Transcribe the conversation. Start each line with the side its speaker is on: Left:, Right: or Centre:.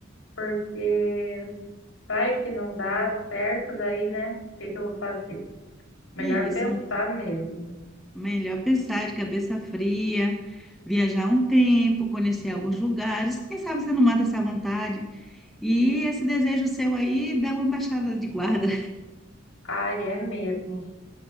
Left: porque vai que não dá certo daí, né? O que que eu vou fazer? Melhor
Centre: E isso,
Left: pensar
Centre: minha-
Left: mesmo.
Centre: melhor pensar de cabeça fria, viajar um tempo, conhecer alguns lugares. Quem sabe você não mata essa vontade. E esse desejo seu aí dá uma baixada de guarda.
Left: Ai, é mesmo.